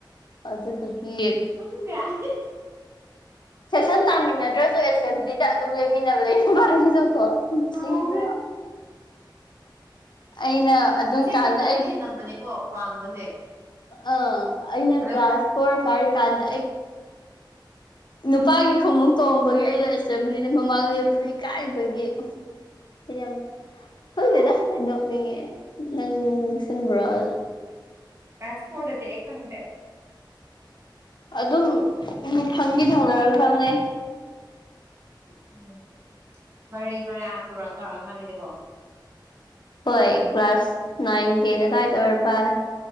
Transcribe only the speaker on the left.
ꯑꯗꯨꯗꯨꯒꯤ
ꯁꯦꯁꯟ ꯇꯥꯃꯤꯟꯅꯗ꯭ꯔꯁꯨ ꯑꯦꯁꯦꯝꯕ꯭ꯂꯤꯗ ꯑꯗꯨꯝ ꯂꯦꯝꯃꯤꯟꯅꯕꯗꫭ ꯏꯕꯥꯅꯤꯁꯨꯀꯣ ꯅꯤꯡꯁꯤꯡꯉꯤꯕ꯭ꯔꯣ
ꯑꯩꯅ ꯑꯗꯨꯝ
ꯀꯥꯟꯗ
ꯑ ꯑꯩꯅ
ꯀ꯭ꯂꯥꯁ
ꯐꯣꯔ ꯀꯥꯔꯤ ꯀꯥꯟꯗ ꯅꯨꯄꯥꯒꯤ ꯈꯣꯡꯉꯨꯞ ꯇꯣꯡꯕꯒꯤ ꯑꯩꯗꯣ ꯑꯦꯁꯦꯝꯕ꯭ꯂꯤꯗ ꯃꯃꯥꯡ ꯂꯦꯞꯄꯗꯣ ꯏꯀꯥꯏꯕꯒꯤ ꯑꯩꯗꯤ ꯌꯥꯝ ꯈꯪꯗꯦꯗ
ꯅꫭꯛꯅꯤꯡꯉꯦ ꯅꯪ ꯅꯤꯡꯁꯤꯡꯕ꯭ꯔꯣ ꯑ
ꯑꯗꯨꯝ ꯎꯝ ꯊꯪꯗꯤ ꯊꯪꯅꯔꯛꯈ꯭ꯔꯕꯅꯦ
ꯍꯣꯏ ꯀ꯭ꯂꯥꯁ ꯅꯥꯏꯟ ꯇꯦꯟ ꯑꯗꯥꯏꯗ ꯑꫭꯏꯔ ꯃꯥꯜꯂꯦ